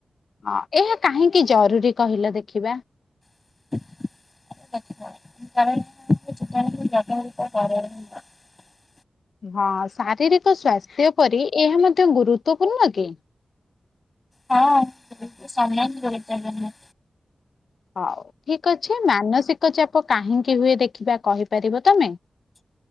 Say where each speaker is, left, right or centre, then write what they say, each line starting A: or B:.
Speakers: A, on the left; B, on the left.
A: ହଁ ଏହା କାହିଁକି ଜରୁରୀ କହିଲ ଦେଖିବା?
B: <inaudible> ଦେଖ କାରଣ <unintelligible> କର।
A: ହଁ ଶାରୀରିକ ସ୍ୱାସ୍ଥ୍ୟ ପରି ଏହା ମଧ୍ୟ ଗୁରୁତ୍ୱ। ଗୁରୁତ୍ୱ ପୂର୍ଣ୍ଣ କି?
B: ହଁ ସମାନ ଗୁରୁତ୍ୱପୂର୍ଣ୍ଣ।
A: ହଉ ଠିକ ଅଛି। ମାନସିକ ଚାପ କାହିଁକି ହୁଏ ଦେଖିବା କହିପାରିବ ତମେ?